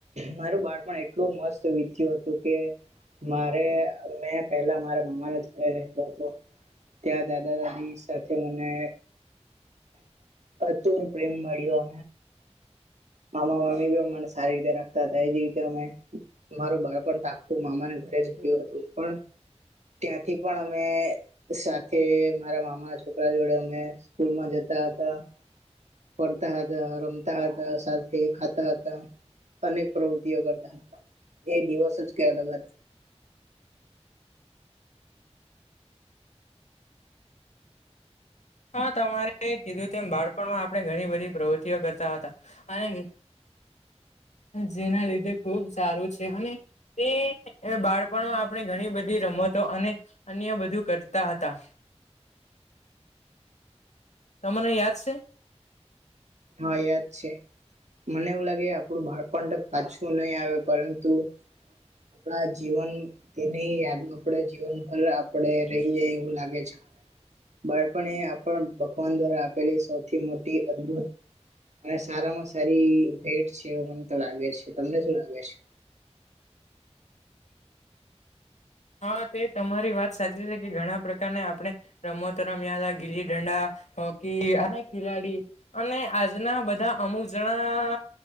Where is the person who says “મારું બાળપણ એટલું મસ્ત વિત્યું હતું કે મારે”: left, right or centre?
Right